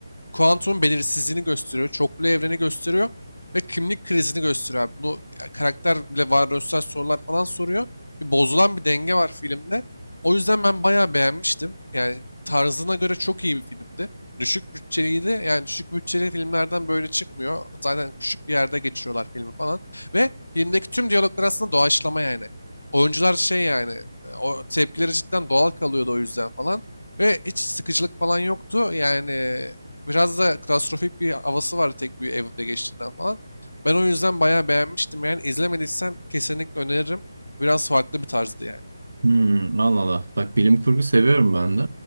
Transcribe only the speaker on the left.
kuantum belirsizliğini gösteriyor, çoklu evreni gösteriyor ve kimlik krizini gösteriyor. abi. Bunu ya, karakter bile varoluşsal sorular falan soruyor. Bir bozulan bir denge var filmde. O yüzden ben bayağı beğenmiştim. Yani tarzına göre çok iyi bir filmdi. Düşük bütçeliydi. Yani düşük bütçeli filmlerden böyle çıkmıyor. Zaten küçük bir yerde geçiyorlar filmi falan. Ve filmdeki tüm diyaloglar aslında doğaçlama yani. Oyuncular şey yani e, o tepkileri cidden doğal kalıyordu o yüzden falan. Ve hiç sıkıcılık falan yoktu. Yani Biraz da klostrofobik bir havası var tek bir evde geçtiğinden falan. Ben o yüzden bayağı beğenmiştim yani. İzlemediysen kesinlikle öneririm. Biraz farklı bir tarzdı yani.